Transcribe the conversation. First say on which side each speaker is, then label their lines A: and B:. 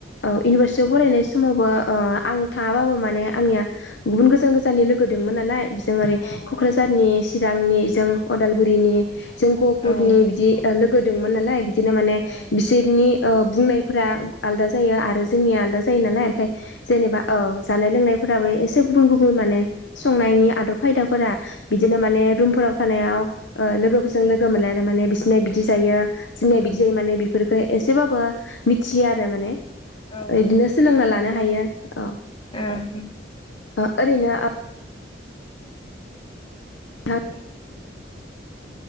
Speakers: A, on the left; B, on the left.
A: ओ इउनिभारसिटियाव फरायनाय समावबो ओ आं थाङाबाबो माने आंनिया गुबुन गोजान गोजाननि लोगो दोंमोन नालाय बिजों ओरै
B: औ
A: क'क्राझारनि
B: औ
A: चिरांनि जों अदाल गुरिनि जों गहपुरनि
B: औ
A: बिदि लो गो दोंमोन नालाय बि दिनो माने
B: औ
A: बिसोरनि ओ बुंनायफोरा आलदा जायो आरो जोंनि आलदा जायो नालाय ओमफाय जेनेबा औ जानाय लोंनाय फोराबो एसे गुबुन गुबुन माने संनायनि आदब खायदाफोरा बिदिनो माने रुमफोराव थानायाव लोगोफोरजों लोगो मोनलायनो माने बिसि ना बिदि जायो जोंनिया बिदि जेरै माने बेफोरफोरखौ एसेबो मि मिथियो आरो माने
B: औ ओं
A: बिदिनो सोलोंना लानो हायो औ
B: ओं
A: ओ ओरैनो <inaudible>